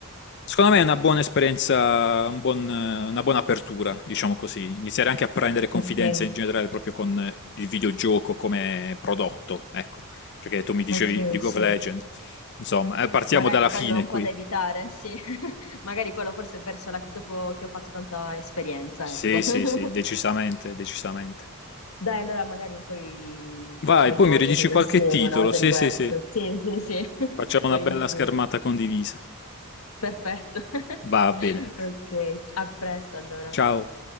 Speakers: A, on the left (about 50°); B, on the left (about 75°).
A: secondo me è una buona esperienza, un buon, eh, una buona apertura, diciamo così, iniziare anche a prendere confidenza
B: ok,
A: in generale proprio con eh, il videogioco come prodotto, ecco, perché tu mi dicevi
B: ok,
A: League
B: sì.
A: of Legends. Insomma, eh, partiamo
B: Magari
A: dalla
B: quello
A: fine
B: è un
A: qui.
B: po' da evitare, sì. <laughs> Magari quello forse è verso la... dopo che ho fatto tanta esperienza,
A: Sì,
B: ecco.
A: sì,
B: <laughs>
A: sì, decisamente, decisamente.
B: Dai, allora magari un po' i-
A: Vai,
B: ci mettiamo
A: poi mi ridici
B: a giocare
A: qualche
B: insieme
A: titolo.
B: una volta
A: Sì,
B: di questo.
A: sì, sì.
B: Sì, sì, sì, <laughs>
A: Facciamo
B: volentieri.
A: una bella schermata condivisa.
B: Perfetto. <laughs>
A: Va bene.
B: Ok, a presto allora.
A: Ciao.